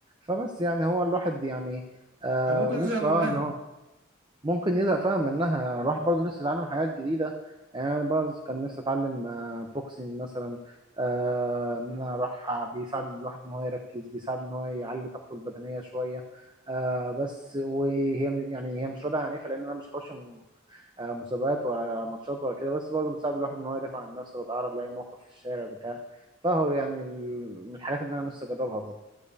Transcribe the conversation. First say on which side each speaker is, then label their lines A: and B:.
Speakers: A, on the right; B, on the right.
A: فبس يعني هو الواحد يعني آه،
B: او ممكن
A: نفسه
B: ازهق منها
A: اه ان هو ممكن يزهق فعلا منها يعني الواحد برضه نفسه يتعلم حاجات جديدة يعني أنا برضه كان نفسي أتعلم آه، بوكسينج مثلا آه، إن أنا أروح بيساعد الواحد إن هو يركز بيساعد إن هو يعلي طاقته البدنية شوية آه، بس وهي م- يعني هي مش راضية عن لأن أنا مش هخش م- آه، مسابقات ولا ماتشات ولا كده بس برضه بتساعد الواحد إن هو يدافع عن نفسه لو اتعرض لأي موقف في الشارع بتاع فهو يعني ال- من الحاجات اللي أنا نفسي أجربها برضه